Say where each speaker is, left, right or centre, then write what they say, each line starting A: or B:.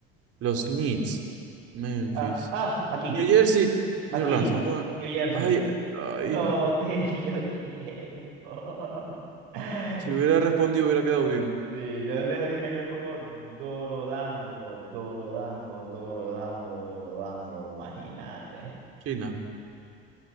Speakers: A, on the right (about 55°); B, on the right (about 75°).
A: Los Knicks. Memphis.
B: Ah, ah, aquí,
A: New Jersey,
B: aquí.
A: New Orleans. Vamos a...
B: New Jersey.
A: poner- Ay, ay.
B: No te dio tiempo. <laughs>
A: Si hubiera respondido, hubiera quedado bien.
B: Sí, ¿de dónde es originario el juego? Dorodango, Dorodango, Dorodango, Dorodango, imagínate.
A: China.